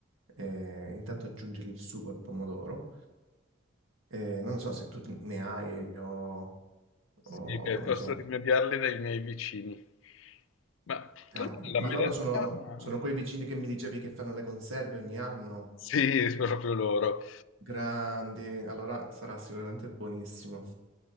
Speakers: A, on the right; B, on the left.
A: eh, intanto aggiungere il sugo al pomodoro. Eh, non so se tu ne hai o,
B: sì,
A: o
B: beh,
A: non
B: posso
A: so.
B: rimediarle dai miei vicini. Ma tu
A: Eh,
B: la
A: ma
B: melanzana...
A: loro sono, sono quei vicini che mi dicevi che fanno le conserve ogni anno.
B: Sì, <laughs> proprio loro.
A: Grandi, allora sarà sicuramente buonissimo.